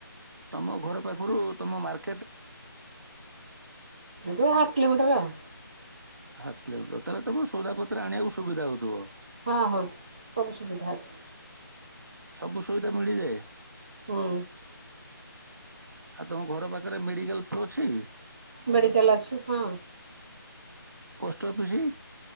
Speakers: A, on the right (about 60°); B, on the right (about 20°).
A: ତମ ଘର ପାଖରୁ ତମ ମାର୍କେ
B: ଏଇଠୁ ହାଫ୍ କିଲୋମିଟର ଆଉ।
A: ହାଫ୍ କିଲୋମିଟର ତାହେଲେ ତମର ସଉଦା ପତର ଆଣିବାକୁ ସୁବିଧା ହଉଥିବ।
B: ହଁ ହଁ ସବୁ ସୁବିଧା ଅଛି
A: ସବୁ ସୁବିଧା ମିଳିଯାଏ
B: ହୁଁ
A: ଆଉ ତମ ଘର ପାଖରେ ମେଡିକାଲ ଟି ଅଛି
B: ମେଡିିକାଲ ଅଛି ହଁ
A: ପୋଷ୍ଟ ଅଫିସି